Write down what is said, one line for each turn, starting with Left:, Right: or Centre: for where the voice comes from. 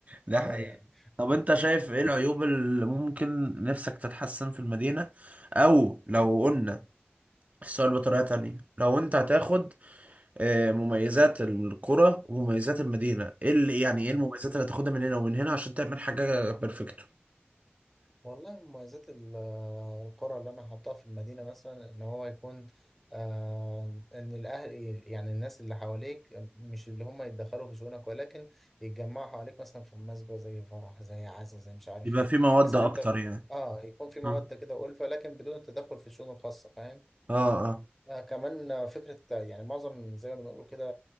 Right: ده
Centre: اه
Right: حقيقي
Centre: يعني
Right: طب انت شايف ايه العيوب اللي ممكن نفسك تتحسن في المدينة او لو قلنا السؤال بطريقة تانية لو انت هتاخد آه، مميزات القرى ومميزات المدينة ايه اللي يعني
Centre: مم.
Right: ايه المميزات اللي هتاخدها من هنا ومن هنا عشان تعمل حاجة بيرفكتو
Centre: والله مميزات ال- آه، القرى اللي انا حاطاها في المدينه مثلا ان هو يكون آه ان الاهل يعني الناس اللي حواليك مش اللي هم يتدخلوا في شؤونك ولكن يتجمعوا حواليك مثلا في مناسبه زي فرح زي عزا زي مش عارف
Right: يبقى
Centre: ايه
Right: في مواد
Centre: تحس
Right: اكتر
Centre: ان انت
Right: يعني
Centre: اه يكون في موده
Right: اه
Centre: كده والفه لكن بدون التدخل في الشؤون الخاصه فاهم
Right: اه
Centre: آه، كمان فكرة يعني معظم زي ما بنقول كده